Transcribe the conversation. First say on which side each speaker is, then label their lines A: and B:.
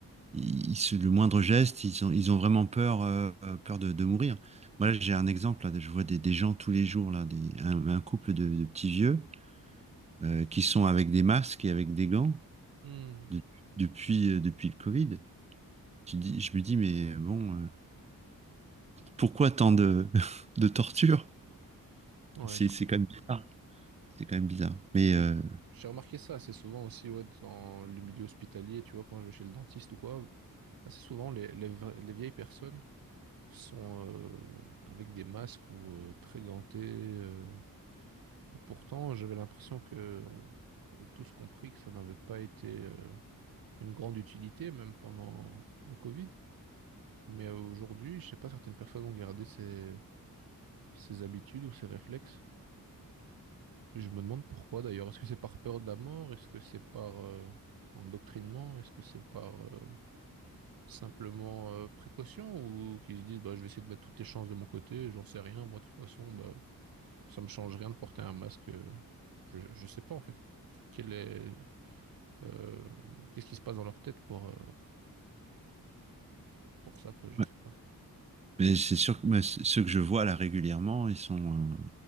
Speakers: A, on the right; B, on the right.
A: ils- ils se- le moindre geste, ils ont, ils ont vraiment peur, euh, peur de, de mourir. Moi, là, j'ai un exemple, là, je vois des, des gens tous les jours, là, des, un, un couple de, de petits vieux euh, qui sont avec des masques et avec des gants
B: Hmm.
A: de- depuis, euh, depuis le Covid. Tu dis, je me dis, mais bon, euh, pourquoi tant de, <laughs> de torture?
B: Ouais,
A: C'est
B: je
A: c'est
B: crois.
A: quand même bizarre. C'est quand même bizarre. Mais,
B: je-
A: euh,
B: J'ai remarqué ça assez souvent aussi ouais, dans le milieu hospitalier, tu vois, quand je vais chez le dentiste ou quoi. Assez souvent, les, les vra- les vieilles personnes sont euh, avec des masques ou euh, très gantées. euh, et pourtant, j'avais l'impression que on avait tous compris que ça n'avait pas été euh, d'une grande utilité, même pendant le Covid. Mais aujourd'hui, je sais pas, certaines personnes ont gardé ces, ces habitudes ou ces réflexes. Je me demande pourquoi d'ailleurs. Est-ce que c'est par peur de la mort? Est-ce que c'est par euh, endoctrinement? Est-ce que c'est par euh, simplement euh, précaution? Ou qu'ils se disent bah, je vais essayer de mettre toutes les chances de mon côté, j'en sais rien. Moi, de toute façon, bah, ça me change rien de porter un masque. euh. Je, je sais pas en fait quel est euh, qu'est-ce qui se passe dans leur tête pour, euh, pour ça, quoi, je
A: ouais.
B: sais pas.
A: mais c'est sûr que moi, c- ceux que je vois là régulièrement, ils sont.